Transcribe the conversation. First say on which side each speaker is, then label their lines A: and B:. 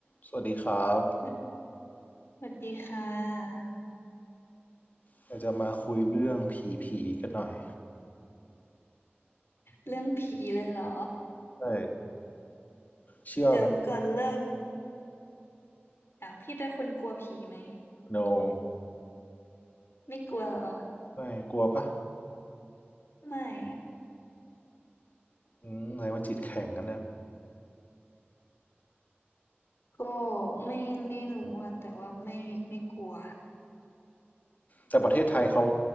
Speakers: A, on the left; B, on the left.
A: สวัสดีครับ
B: สวัสสวัสดีค่ะ
A: เราจะมาคุยเรื่องผีผีกันหน่อย
B: เรื่องผีเลยเหรอ
A: ใช่เชื่อไหม
B: เดี๋ยวก่อนเริ่มอ้าวพี่เป็นคนกลัวผีไหม
A: no
B: ไม่กลัวเหรอ
A: ไม่กลัวปะ
B: ไม่อะ
A: อืมไหนว่าจิตแข็งกันเนี่ย
B: ก็ไม่ไม่รู้อะแต่ว่าไม่ไม่กลัว
A: แต่ประเทศไทยเขา